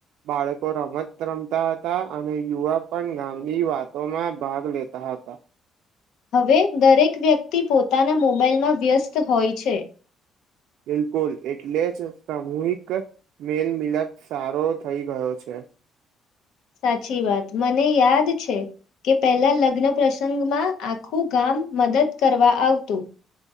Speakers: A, on the right; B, on the left.
A: બાળકો રમત રમતા હતા અને યુવા પણ ગામની વાતોમાં ભાગ લેતા હતા.
B: હવે દરેક વ્યક્તિ પોતાના મોબાઈલમાં વ્યસ્ત હોય છે.
A: બિલકુલ એટલે જ સામૂહિક મેલમિલપ સારો થઇ ગયો છે.
B: સાચી વાત મને યાદ છે કે પેલા લગ્ન પ્રસંગમાં આખું ગામ મદદ કરવા આવતું.